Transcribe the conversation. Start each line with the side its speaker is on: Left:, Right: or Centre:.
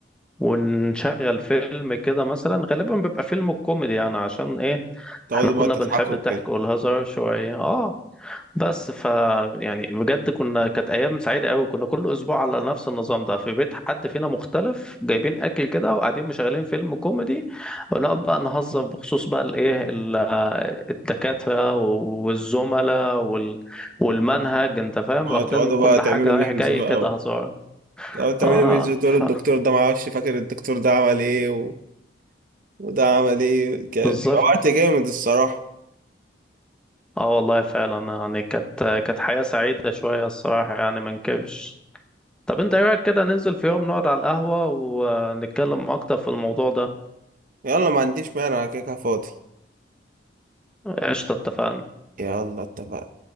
Centre: ونشغل فيلم كده مثلا غالبا بيبقى فيلم كوميدي يعني عشان ايه
Right: تقعدوا
Centre: احنا كنا
Right: بقى تضحكوا
Centre: بنحب الضحك
Right: كده
Centre: والهزار شوية اه بس ف يعني بجد كنا كانت ايام سعيدة قوي كنا كل اسبوع على نفس النظام ده في بيت حد فينا مختلف جايبين اكل كده وقاعدين مشغلين فيلم كوميدي ونقعد بقى نهزر بخصوص بقى الايه ال- الدكاترة والزملاء وال... والمنهج انت فاهم واخدين
Right: تقعدوا
Centre: كل
Right: بقى تعملوا
Centre: حاجة
Right: ميمز
Centre: رايح جاي
Right: بقى
Centre: كده
Right: و...
Centre: هزار
Right: تقعدوا تعملوا
Centre: اه
Right: ميمز وتقولوا
Centre: ف...
Right: الدكتور ده معرفش فاكر الدكتور ده عمل ايه و... وده عمل ايه كان
Centre: بالظبط
Right: بيبقى وقت جامد الصراحة
Centre: اه والله فعلا يعني كانت كانت حياة سعيدة شوية الصراحة يعني ما نكبش طب انت ايه رأيك كده ننزل في يوم نقعد على القهوة ونتكلم اكتر في الموضوع ده
Right: يلا ما عنديش مانع أنا كده كده فاضي
Centre: قشطة اتفقنا
Right: يلا اتفقنا